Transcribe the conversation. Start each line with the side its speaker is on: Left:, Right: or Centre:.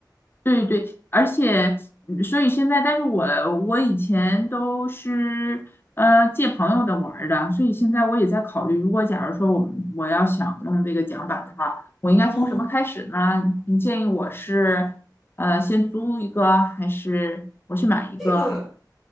Left: 对对，而且嗯所以现在，但是我我以前都是呃借朋友的玩儿的，所以现在我也在考虑，如果假如说我们我要想弄这个桨板的话，我应该从什么开始呢？
Centre: 嗯，
Left: 你建议我是呃先租一个，还是我去买一个？
Centre: 这个